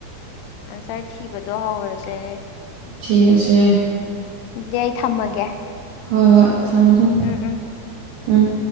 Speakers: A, on the left (about 85°); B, on the right (about 80°).
A: ꯑꯟꯁꯥꯔ ꯊꯤꯕꯗꯣ ꯍꯧꯔꯁꯦ
B: ꯊꯁꯦ
A: ꯑꯗꯨꯗꯤ ꯑꯩ ꯊꯝꯃꯒꯦ
B: ꯍꯣꯏ ꯍꯣꯏ ꯊꯝꯃꯣ ꯊꯝꯃꯣ
A: ꯎꯝ ꯎꯝ
B: ꯎꯝ